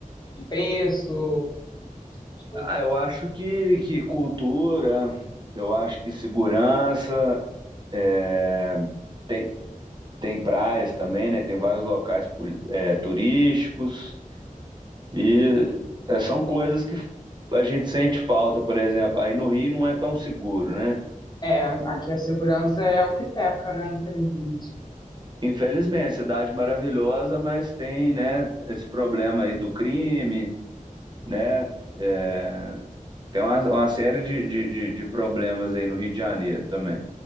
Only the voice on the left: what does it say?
De preço, as coisas.
É, aqui a segurança é o que peca, né? Infelizmente.